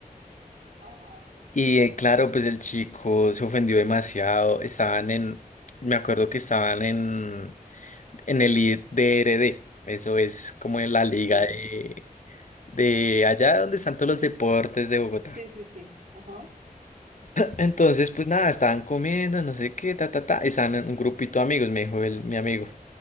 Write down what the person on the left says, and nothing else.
Y eh, claro, pues el chico se ofendió demasiado. Estaban en, me acuerdo que estaban en, en el I- DRD. Eso es como en la liga
de, de allá donde están todos los deportes de Bogotá.
Entonces, pues nada, estaban comiendo, no sé qué, ta, ta, ta. Estaban en un grupito de amigos, me dijo el, mi amigo.